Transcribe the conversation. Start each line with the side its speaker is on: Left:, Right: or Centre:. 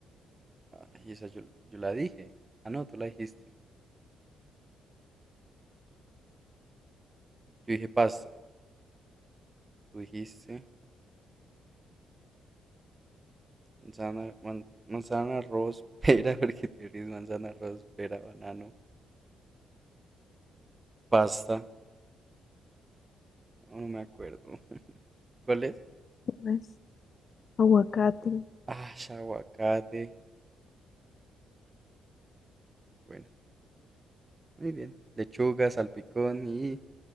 Right: Ay, esa yo, yo la dije. Ah, no, tú la dijiste. Yo dije pasta. Tú dijiste manzana, man- manzana, arroz, pera, <laughs> porque te ríes, manzana, arroz, pera, banano, pasta. No, no me acuerdo. <laughs> ¿Cuál es?
Left: <laughs> ¿qué más? aguacate.
Right: Ah, aguacate. Bueno, muy bien. Lechuga, salpicón y